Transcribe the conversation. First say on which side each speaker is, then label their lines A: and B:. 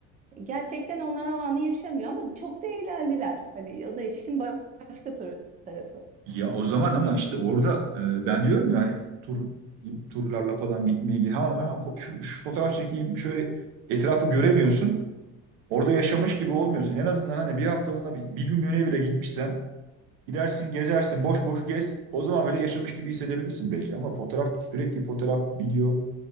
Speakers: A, on the right; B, on the right.
A: Gerçekten onlar o anı yaşamıyor ama çok da eğlendiler. Hani o da işin başka tarafı.
B: Ya o zaman ama işte orada e, ben diyorum ya hani tur gibi turlarla falan gitmeyi hemen, hemen fo- şu, şu fotoğraf çekeyim şöyle etrafı göremiyorsun. Orada yaşamış gibi olmuyorsun. En azından hani bir haftalığına bir, bir günlüğüne bile gitmişsen Gidersin, gezersin, boş boş gez. O zaman böyle yaşamış gibi hissedebilirsin belki. Ama fotoğraf, sürekli fotoğraf, video,